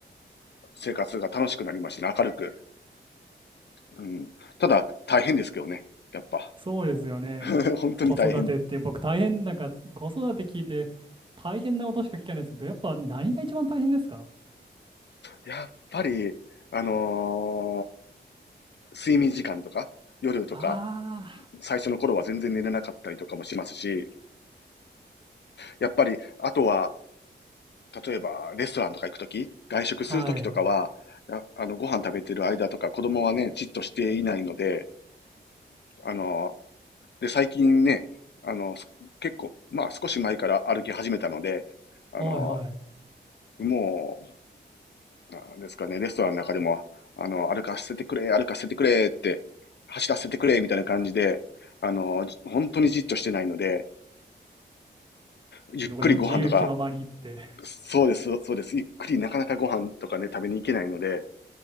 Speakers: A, on the left (about 65°); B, on the right (about 25°).
A: 生活が楽しくなりましたね。明るく。うん。ただ、大変ですけどね。やっぱ。
B: そうですよね。
A: <laughs> 本当に大変。
B: 子育てって僕大変、なんか子育て聞いて大変なことしか聞かないですけど、やっぱ何が一番大変ですか
A: やっぱり、あの睡眠時間とか、夜とか、
B: あ
A: 最初の頃は全然寝れなかったりとかもしますし、やっぱり、あとは、例えば、レストランとか行くとき、外食するときとかは、
B: あー、はい。
A: あの、ご飯食べてる間とか、子供はね、じっとしていないので、あの、で、最近ね、あの、結構、まあ少し前から歩き始めたので、あの、
B: はいはい。
A: もう、なんですかね、レストランの中でも、あの、歩かせてくれ、歩かせてくれって、走らせてくれ、みたいな感じで、あの、本当にじっとしてないので、ゆっくりご飯とか、
B: どこでも自由気ままにって。
A: そうです、そうです。ゆっくりなかなかご飯とかね、食べに行けないので、